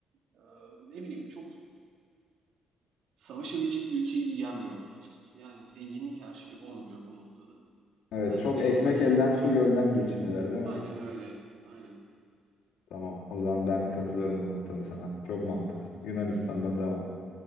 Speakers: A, on the right; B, on the left.
A: Ee, ne bileyim çok savaşabilecek bir ülke gibi gelmiyor bana açıkçası. Yani zenginlik her şey olmuyor o noktada.
B: Evet
A: Bence
B: çok
A: net
B: ekmek
A: Yunanistan.
B: elden su gölden geçindiler değil
A: Aynen
B: mi?
A: öyle. Aynen.
B: Tamam o zaman ben katılıyorum bu noktada sana. Çok mantıklı. Yunanistan'dan devam.